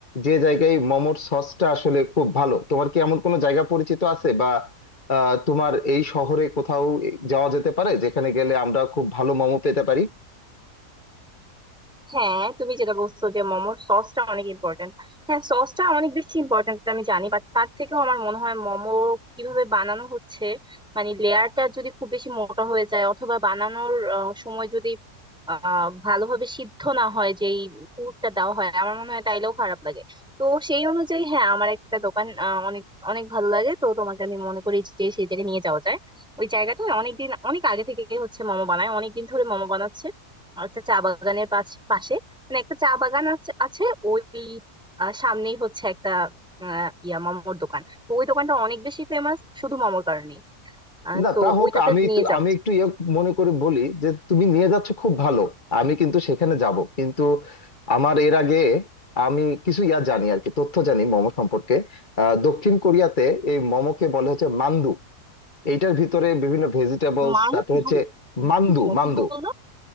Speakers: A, on the left (about 30°); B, in the centre.
A: যে জায়গায় মোমোর সসটা আসলে খুব ভালো তোমার কি এমন কোনো জায়গা পরিচিত আছে বা আহ, তোমার এই শহরে কোথাও যাওয়া যেতে পারে যেখানে গেলে আমরা খুব ভালো মোমো পেতে পারি
B: হ্যাঁ তুমি যেটা বলছো যে মোমোর সসটা অনেক ইম্পর্টেন্ট হ্যাঁ সসটা অনেক বেশি ইম্পর্টেন্ট আমি জানি বাট তার থেকেও আমার মনে হয় মোমো কিভাবে বানানো হচ্ছে মানে লেয়ারটা যদি খুব বেশি মোটা হয়ে যায় অথবা বানানোর আহ, সময় যদি আহ ভালোভাবে সিদ্ধ না হয় যেই পুরটা দেওয়া হয় আমার মনে হয় তাইলেও খারাপ লাগে তো সেই অনুযায়ী হ্যাঁ আমার একটা দোকান আহ, অনেক অনেক ভালো লাগে তো তোমাকে আমি মনে করি যে সেই জায়গায় নিয়ে যাওয়া যায় ওই জায়গাটায় অনেকদিন অনেক আগে থেকে হচ্ছে মোমো বানায় অনেকদিন ধরে মোমো বানাচ্ছে একটা চা বাগানের পাশ- পাশে মানে একটা চা বাগান আছে আছে ওই আহ, সামনেই হচ্ছে একটা আহ, ইয়া মামোর দোকান তো ওই দোকানটা অনেক বেশি ফেমাস শুধু মামোর কারণে
A: না
B: তো
A: তা হোক
B: ওইটাতে
A: আমি
B: নিয়ে
A: তো
B: যাওয়া
A: আমি
B: উচিত।
A: একটু ইয়ে মনে করে বলি যে তুমি নিয়ে যাচ্ছ খুব ভালো আমি কিন্তু সেখানে যাব কিন্তু আমার এর আগে আমি কিছু ইয়া জানি আর কি তথ্য জানি মোমো সম্পর্কে আহ, দক্ষিণ কোরিয়াতে এই মোমোকে বলে হচ্ছে মান্দু এইটার ভিতরে বিভিন্ন ভেজিটেবলস
B: মান্দু
A: তারপর হচ্ছে
B: বুঝতেছি
A: মান্দু
B: না
A: মান্দু
B: কি বললো